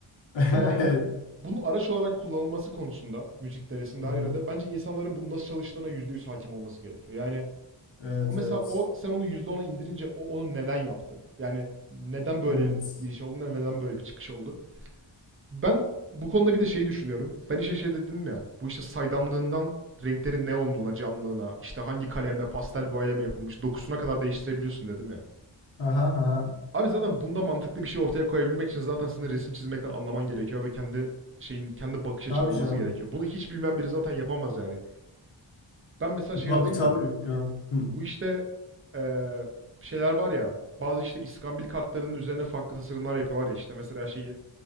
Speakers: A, on the left; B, on the right.
A: <laughs>
B: Ama
A: Evet.
B: Bunun araç olarak kullanılması konusunda müzik deresinde
A: Hı hı.
B: her yerde bence insanların bunun nasıl çalıştığına %100 hakim olması gerekiyor. Yani
A: Evet
B: mesela
A: evet.
B: o sen onu yüzde ona indirince o onu neden yaptı? Yani neden böyle
A: Evet.
B: bir giriş oldu, neden böyle bir çıkış oldu? Ben bu konuda bir de şeyi düşünüyorum. Ben işe şey dedim ya, bu işte saydamlığından renklerin neonluğuna, canlılığına, işte hangi kalemle pastel boyayla mı yapılmış, dokusuna kadar değiştirebiliyorsun dedim ya.
A: Aha, aha.
B: Abi zaten bunda mantıklı bir şey ortaya koyabilmek için zaten senin resim çizmekten anlaman gerekiyor ve kendi şeyin kendi bakış açın
A: Tabii
B: olması
A: canım.
B: gerekiyor. Bunu hiç bilmeyen biri zaten yapamaz yani. Ben mesela şeyi
A: Tabii
B: hatırlıyorum.
A: tabii. Ya. Hı.
B: Bu işte eee, şeyler var ya. Bazı işte iskambil kartlarının üzerine farklı tasarımlar yapıyorlar ya işte mesela şeyi.